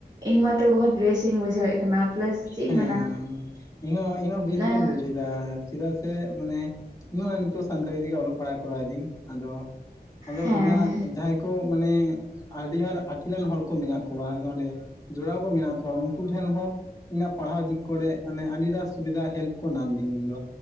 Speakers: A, on the right (about 25°); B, on the left (about 20°).
A: ᱤᱧ ᱢᱟᱛᱚ ᱵᱚᱦᱩᱛ ᱵᱮᱥᱤᱧ ᱵᱩᱡᱷᱟᱹᱣᱮᱜ ᱠᱟᱱᱟ᱾ ᱯᱞᱟᱥ ᱪᱮᱫ ᱤᱧ
B: ᱦᱮᱸ
A: ᱢᱮᱱᱟ
B: ᱤᱧ ᱦᱚᱸ ᱤᱧ ᱦᱚᱸ ᱵᱮᱥ
A: ᱮᱸ
B: ᱜᱤᱧ ᱵᱩᱡᱷᱟᱹᱫᱟ ᱪᱮᱫᱟᱜ ᱥᱮ ᱢᱟᱱᱮ ᱤᱧ ᱢᱟ ᱱᱤᱛᱚᱜ ᱥᱟᱱᱛᱟᱲᱤ ᱛᱮᱜᱮ ᱚᱞᱚᱜ ᱯᱟᱲᱦᱟᱜ ᱠᱚᱨᱟᱣᱫᱤᱧ ᱟᱫᱚ ᱟᱫᱚ
A: ᱦᱮᱸ
B: ᱤᱧᱟᱹᱜ ᱡᱟᱦᱟᱸᱭ ᱠᱚ ᱠᱚ ᱢᱟᱱᱮ ᱟᱹᱰᱤᱜᱟᱱ ᱟᱹᱠᱤᱞᱟᱱ ᱦᱚᱲ ᱠᱚ ᱢᱮᱱᱟᱜ ᱠᱚᱣᱟ ᱱᱚᱰᱮ ᱡᱚᱲᱟᱣ ᱠᱚ ᱢᱮᱱᱟᱜ ᱠᱚᱣᱟ ᱩᱱᱠᱩ ᱴᱷᱮᱱ ᱦᱚᱸ ᱤᱧᱟᱹᱜ ᱯᱟᱲᱦᱟᱣ ᱫᱤᱠ ᱠᱚᱨᱮ ᱚᱱᱮ ᱟᱹᱰᱤᱴᱟᱥ ᱥᱩᱵᱤᱫᱷᱟ ᱦᱮᱞᱯ ᱠᱚ ᱱᱟᱢᱫᱤᱧ ᱤᱧ ᱫᱚ᱾